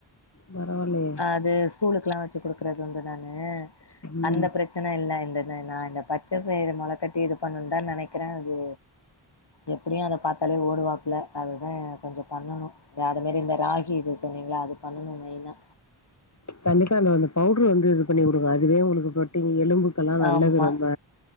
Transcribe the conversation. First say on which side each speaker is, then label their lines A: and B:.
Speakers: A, on the left (about 35°); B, on the left (about 60°).
A: பரவால்லையே
B: அது ஸ்கூலுக்கெல்லா வெச்சு குடுக்கறது வந்து நானு
A: ம்
B: அந்த பிரச் சனை எல்லா இருந்துது நா இந்த பச்சப்பயிரு மொளக்கட்டி இது பண்ணுன் தா நெனைக்கறே அது எப்டியு அத பாத்தாலே ஓடுவாப்ல அது தா எனக் கொஞ்சோ பண்ணனு இல்ல அது மாரி இந்த ராகி இது சொன்னீங்கல்ல அது பண்ணனு மெயின்னா
A: கண்டிப்பா அந்த அந்த பவுட்ரு வந்து இது பண்ணி உடுங்க அதுவே உங்களுக்கு ப்ரோட்டீன் எலும்பு க்கல்லா நல்லது
B: ஆமா
A: ரொம்ப